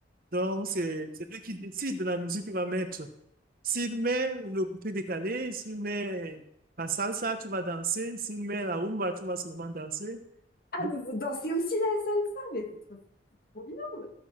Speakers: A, on the right (about 50°); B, on the left (about 50°).
A: Donc, c'est c'est lui qui décide de la musique qu'il va mettre. S'il met le coupé décalé, s'il met la salsa, tu vas danser. S'il met la rumba, tu vas seulement danser.
B: Ah,
A: Bon.
B: mais vous dansez aussi la salsa, mais c'est trop, c'est trop bien.